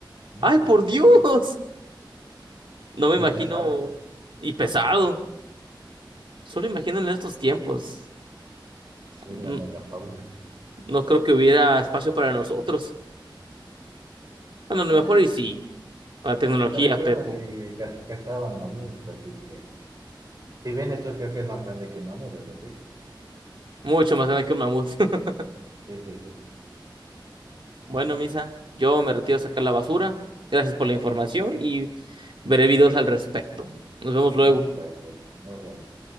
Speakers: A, on the right (about 45°); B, on the right (about 75°).
A: No,
B: Ay,
A: sí,
B: por Dios.
A: sí, sí.
B: No me
A: Y
B: imagino.
A: pesado.
B: Y pesado. Solo imagino en estos tiempos.
A: Sí,
B: Mm,
A: la megafauna.
B: No creo que hubiera espacio para nosotros. Bueno, a lo
A: Nah,
B: mejor y sí, para tecnología,
A: te recuerdo
B: pero
A: que ca- cazaban mamuts, así que. Si bien esto creo que es más grande que un mamut, eso sí.
B: mucho más grande que un mamut. <laughs>
A: Sí, sí, sí.
B: Bueno, Misa, yo me retiro a sacar la basura. Gracias por la información y veré videos al respecto. Nos vemos luego.
A: De acuerdo. Nos vemos.